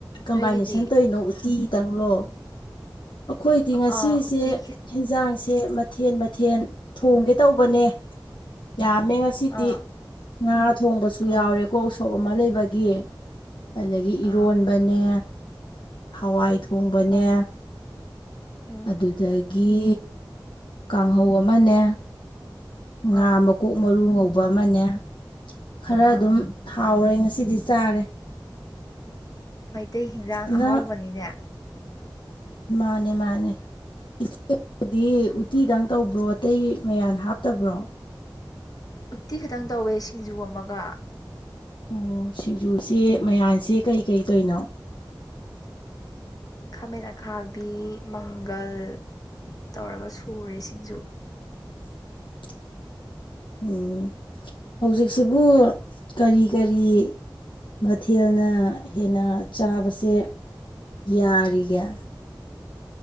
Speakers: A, on the left; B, on the left.
A: ꯀꯝꯕꯥꯏꯅꯦꯁꯟ
B: ꯅꯣꯏꯒꯤꯗꯤ
A: ꯇꯧꯔꯤꯅꯣ ꯎꯇꯤ ꯇꯪꯂꯣ ꯑꯩꯈꯣꯏꯗꯤ ꯉꯁꯤꯁꯦ
B: ꯑꯥ ꯎꯇꯤ
A: ꯌꯦꯦꯟꯖꯥꯡꯁꯦ ꯁꯦ ꯃꯊꯦꯟ ꯃꯊꯦꯜ ꯊꯣꯡꯒꯦ ꯇꯧꯕꯅꯦ ꯌꯥꯝꯃꯦ ꯉꯁꯤꯗꯤ
B: ꯑꯥ
A: ꯉꯥ ꯊꯣꯡꯕꯁꯨ
B: ꯑꯥ
A: ꯌꯥꯎꯔꯦꯀꯣ ꯎꯁꯣꯞ ꯑꯃ ꯂꯩꯕꯒꯤ ꯑꯗꯨꯗꯒꯤ
B: ꯑꯥ
A: ꯏꯔꯣꯟꯕꯅꯦ ꯍꯋꯥꯏ ꯊꯣꯡꯕꯅꯦ
B: ꯑꯥ ꯎꯝ
A: ꯑꯗꯨꯗꯒꯤ ꯀꯥꯡꯍꯧ ꯑꯃꯅꯦ ꯉꯥ
B: ꯑꯥ
A: ꯃꯀꯣꯛ ꯃꯔꯨ ꯉꯧꯕ ꯑꯃꯅꯦ ꯈꯔ
B: ꯑꯥ
A: ꯑꯗꯨꯝ ꯍꯥꯎꯔꯦ ꯉꯁꯤꯗꯤ ꯆꯥꯔꯦ
B: ꯃꯩꯇꯩ ꯍꯤꯟꯖꯥꯡ
A: ꯏꯅ
B: ꯑꯍꯥꯎꯕꯅꯤꯅꯦ
A: ꯃꯥꯅꯦ ꯃꯥꯅꯦ ꯏꯆꯗꯤ ꯎꯇꯤꯗꯪ ꯇꯧꯕ꯭ꯔꯣ ꯑꯇꯩ ꯃꯌꯥ ꯍꯥꯞꯇꯕ꯭ꯔꯣ
B: ꯎꯠꯇꯤ ꯈꯇꯪ ꯇꯧꯋꯦ ꯁꯤꯡꯖꯨ ꯑꯃꯒ
A: ꯑꯣ ꯁꯤꯡꯖꯨꯁꯦ ꯃꯌꯥꯁꯦ ꯀꯩꯀꯩꯗꯣꯏꯅꯣ
B: ꯈꯥꯃꯦꯟ ꯑꯈꯥꯕꯤ ꯃꯪꯒꯜ ꯇꯧꯔꯒ ꯁꯨꯔꯦ ꯁꯤꯡꯖꯨ
A: <unintelligible> <inaudible> ꯎꯝ ꯍꯧꯖꯤꯛꯁꯤꯕꯨ ꯀꯔꯤ ꯀꯔꯤ ꯃꯊꯦꯜꯅ ꯍꯦꯟꯅ ꯆꯥꯕꯁꯦ ꯌꯥꯔꯤꯒ